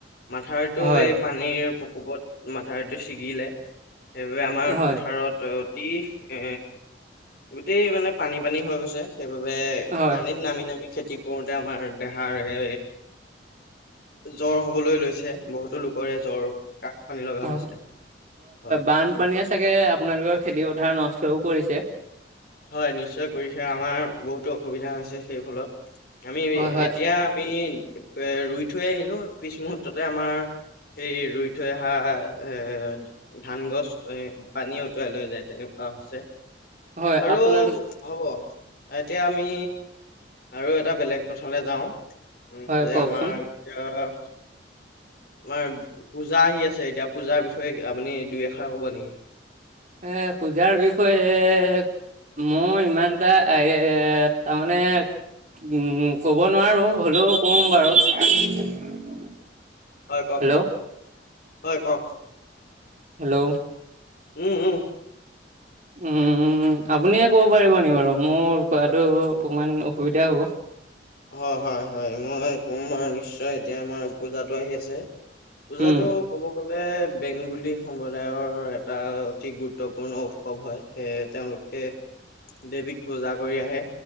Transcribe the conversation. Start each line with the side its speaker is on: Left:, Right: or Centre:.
Left: মাথাউৰিটো
Right: হয়
Left: এই পানীৰ প্ৰকোপত মাথাউৰিটো ছিগিলে। সেইবাবে আমাৰ
Right: হয়
Left: পথাৰত অতি এ গোটেই মানে পানী-পানী হৈ গৈছে। সেইবাবে
Right: হয়
Left: পানীত নামি- নামি খেতি কৰোতে আমাৰ দেহাৰ এ জ্বৰ হ'বলৈ লৈছে, বহুতো লোক চবৰে জ্বৰ কাহঁ পানি লগা
Right: হয়
Left: হৈছে, হয়।
Right: বানপানীয়ে চাগে আপোনালোকৰ খেতি পথাৰ নষ্টও কৰিছে।
Left: হয়, নিশ্চয় কৰিছে আমাৰ বহুতো অসুবিধা হৈছে সেই ফলত। আমি
Right: হয় হয়
Left: এতিয়া আমি ৰুই থৈ আহিলোঁ, পিছ মুহূৰ্ততে আমাৰ সেই ৰুই ৰুই থৈ অহা এ ধান গছ পানী উতুৱাই লৈ যায়, তেনেকুৱা হৈছে।
Right: হয়
Left: আৰু
Right: আপোনালোক
Left: হ'ব, এতিয়া আমি আৰু এটা বেলেগ পথাৰলে যাওঁ, উম,
Right: হয়
Left: যে
Right: কওকচোন
Left: আমাৰ এতিয়া আমাৰ পূজা আহি আছে এতিয়া, পূজাৰ বিষয়ে আপুনি দুই এষাৰ ক'ব নেকি।
Right: এ পূজাৰ বিষয়ে মোৰ ইমান এটা এ তাৰমানে উম, ক'ব নোৱাৰো, হ'লেও ক'ম বাৰু।
Left: হয় কওঁক,
Right: হেল্ল'
Left: হয় কওঁক।
Right: হেল্ল'।
Left: উম, উম।
Right: উম, আপুনিয়ে ক'ব পাৰিব নেকি‌ বাৰু, মোৰ কোৱাটো অকমান অসুবিধা হ'ব।
Left: হয়, হয়- হয় মই কম বাৰু নিশ্চয় এতিয়া আমাৰ পূজাটো আহি আছে। পূজাতো
Right: উম
Left: ক'ব গ'লে বেংগলী সম্প্ৰদায়ৰ এটা অতি গুৰুত্বপূৰ্ণ উৎসৱ হয়, সেয়ে তেওঁলোক সেই দেৱীক পূজা কৰি আহে,